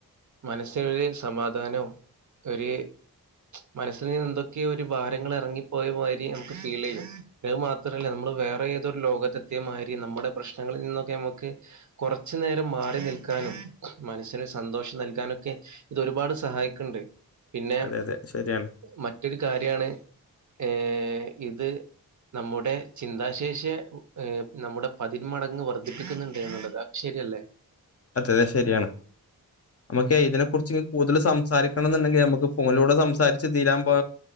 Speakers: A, on the right; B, on the left.
A: മനസ്സിനൊരു സമാധാനവും ഒര് മനസ്സിൽ നിന്ന് എന്തൊക്കേയൊരു ഭാരങ്ങൾ എറങ്ങിപ്പോയ മാതിരി നമുക്ക് ഫീൽ ചെയ്യും പിന്നെ അത് മാത്രല്ല നമ്മക് വേറെ ഏതൊരു ലോകത്തെത്തിയ മാതിര് നമ്മുടെ പ്രശ്നങ്ങളിൽ നിന്നൊക്കെ നമുക്ക് കൊറച്ച് നേരം മാറി നിൽക്കാനും മനസ്സിന് സന്തോഷം നൽകാനൊക്കെ ഇത് ഒരുപാട് സഹായിക്ക്ണ്ട് പിന്നെ
B: അതെ അതെ ശരിയാണ്
A: മറ്റൊരു കാര്യാണ് ഏ ഇത് നമ്മുടെ ചിന്താശേഷിയെ ഏ നമ്മുടെ പതിന്മടങ്ങ് വർദ്ധിപ്പിക്കുന്നുണ്ട് എന്നുള്ളതാ ശരിയല്ലേ
B: അതെയതെ ശരിയാണ് അമക്കേ ഇതിനെ കുറിച്ച് കൂടുതല് സംസാരിക്കണംന്ന്ണ്ടെങ്കിൽ അമക്ക് ഫോണിലൂടെ സംസാരിച്ച് തീരാൻ പോ